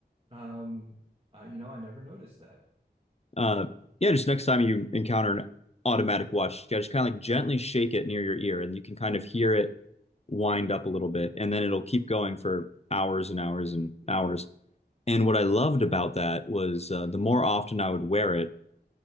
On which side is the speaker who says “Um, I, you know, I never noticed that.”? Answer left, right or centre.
Right